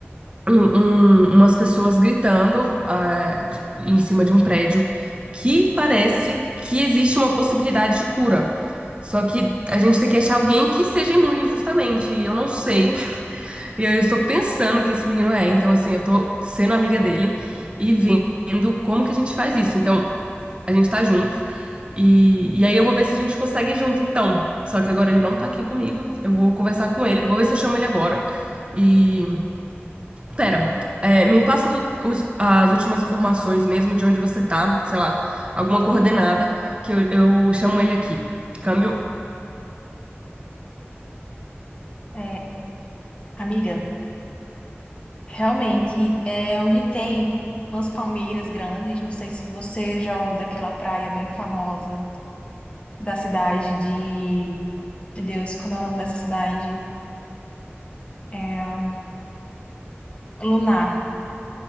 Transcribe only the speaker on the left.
É, amiga, realmente, é onde tem umas palmeiras grandes, não sei se você já ouviu daquela praia bem famosa da cidade de... Meu Deus, como é o nome dessa cidade? É, Lunar.